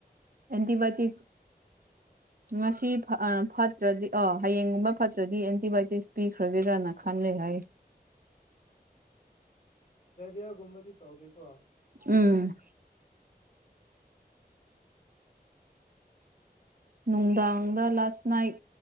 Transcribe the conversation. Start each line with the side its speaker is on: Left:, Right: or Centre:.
Right: ꯑꯦꯟꯗꯤꯚꯥꯢꯌꯣꯇꯤꯛ
Left: <inaudible>
Right: ꯉꯁꯤ ꯐꯠꯇ꯭ꯔꯗꯤ ꯑ ꯍꯌꯦꯡꯒꯨꯝꯕ ꯐꯠꯇ꯭ꯔꯗꯤ ꯑꯦꯟꯇꯤꯕꯥꯏꯌꯣꯇꯤꯛꯁ ꯄꯤꯈ꯭ꯔꯒꯦꯔꯅ ꯈꯜꯂꯦ ꯍꯥꯏꯌꯦ
Left: ꯗꯥꯏꯔꯤꯌꯥꯒꯨꯝꯕꯗꯤ ꯇꯧꯗ‌ꯦꯀꯣ
Right: ꯎꯝ ꯅꯨꯡꯗꯥꯡꯗ ꯂꯥꯁ ꯅꯥꯏꯠ